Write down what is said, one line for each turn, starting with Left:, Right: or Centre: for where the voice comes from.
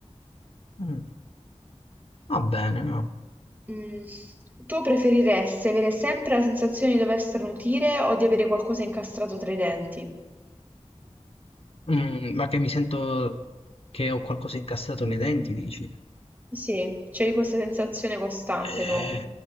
Left: Mm, Va bene, no.
Right: Mm. Tu preferiresti avere sempre la sensazione di dover starnutire o di avere qualcosa incastrato tra i denti?
Left: Mm, ma che mi sento che ho qualcosa incassato nei denti, dici?
Right: Sì, c'è questa sensazione costante
Left: Eh,
Right: proprio.